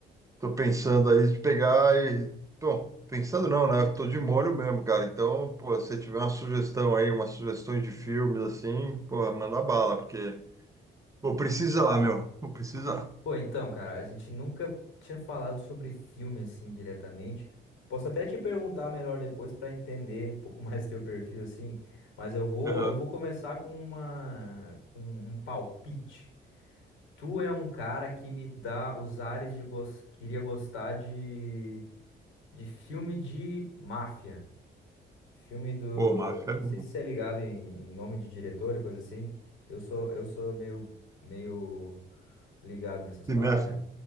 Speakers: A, on the right; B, on the left.
A: tô pensando aí de pegar e. Bom, pensando não, né? Eu tô de molho mesmo, cara. Então, pô, se tiver uma sugestão aí, umas sugestões de filmes assim, pô, manda bala, porque. Vou precisar, meu. Vou precisar.
B: Pô, então, cara, a gente nunca tinha falado sobre filme, assim, diretamente. Posso até te perguntar melhor depois pra entender um pouco <laughs> mais teu perfil, assim, mas eu vou,
A: Aham.
B: eu vou começar com uma, com um palpite. Tu é um cara que me dá os ares de gos- queria gostar de De filme de máfia. Filme do.
A: Pô, Máfia
B: Não
A: é bom.
B: sei se você é ligado em, em nome de diretor e coisa assim. Eu sou, eu sou meio, meio ligado nessas
A: Cinéfilo.
B: paradas.